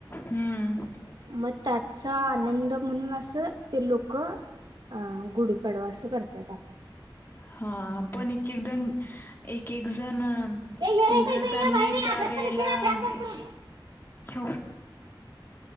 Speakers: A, on the left; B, on the right.
A: हम्म
B: मग त्याचा आनंद म्हणून असं ते लोक अं गुढीपाडवा असं करत
A: हा पण एक एक जण एक एक जण
B: ये ये रे
A: इंग्रजांनी
B: इथं इथं ये बाहेर ये
A: त्या
B: अभ्यास
A: वेळे
B: करायची
A: ला
B: ना फॅन बंद करून
A: <inaudible>